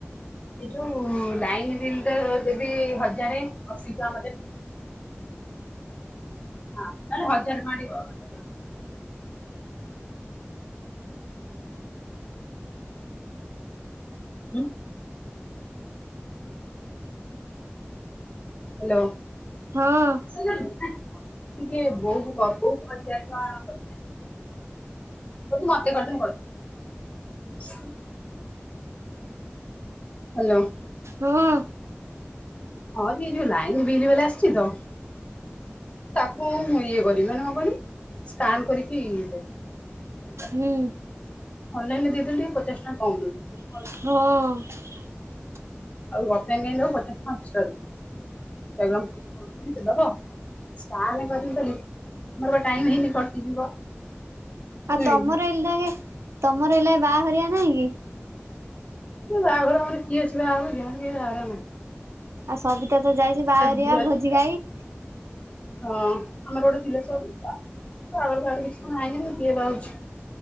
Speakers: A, on the left (about 30°); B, on the right (about 85°).
A: ଏ ଯୋଉ ଲାଇନ ବିଲ୍ ଟା ଦେବି ହଜାରେ ଅତି କମରେ। ହଁ ଖାଲି ହଜାରେ ଟଙ୍କା ପଡିବ। <unintelligible> ହାଲୋ।
B: ହଁ
A: <unintelligible> ଟିକେ ବୋଉକୁ ବୋଉକୁ ହଜାରେ ଟଙ୍କା ପଠା। ହୋଉ ତୁ ମୋତେ କରିଦେ ମୁଁ କରିଦେଉଛି । <inaudible> ହାଲୋ।
B: ହଁ।
A: ହଁ ଯେ ଯୋଉ ଲାଇନ ବିଲ୍ ବାଲା ଆସିଛି ତ ତାକୁ ମୁଁ ଇଏ କରିବି ମାନ କଣ କହିଲୁ ସ୍କାନ କରିକି ଦେବି।
B: ହୁଁ
A: ଅନଲାଇନ ଦେଇଦେଲେ ଟିକେ ପଚାଶ ଟଙ୍କା କମ୍ ନଉଛି।
B: ହଁ।
A: <unintelligible> <unintelligible> ସ୍କାନ କରିନି ବୋଲି ମୋର ପା ଟାଇମ ହେଇନି କଟିଯିବ।
B: ଆ
A: ନୁହେଁ
B: ତମର ଏ ଲାଗେ। ତମର ଏଲା ବାହାଘରଆ ନାଇ କି।
A: ବାହାଘର ଆମର କିଏ ଅଛି ବାହାହବକି ଆମର କେହି ବାହାଘର ହେବେନି ।
B: ଆଉ ସବିତା ତ ଯାଇଛି ବାହାଘରିଆ
A: ଝିଅ
B: ଭୋଜି ଖାଇ।
A: ହଁ ଆମର ଗୋଟେ ଥିଲେ ସବୁ ପା ବାହାଘର ଫାଘର କିଛି ତ ନାହିଁ କିଏ ବହାହୋଉଛି।